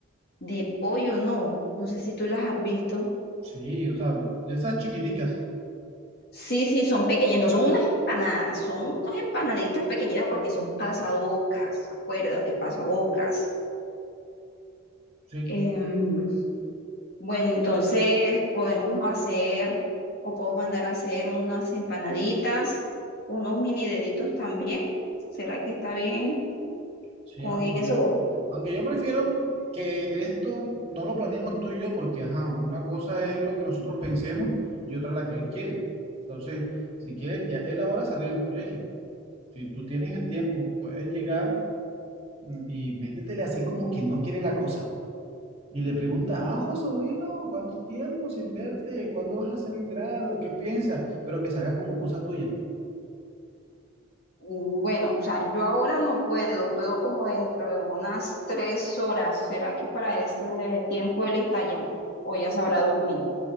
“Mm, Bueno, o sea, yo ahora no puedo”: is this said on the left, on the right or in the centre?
Left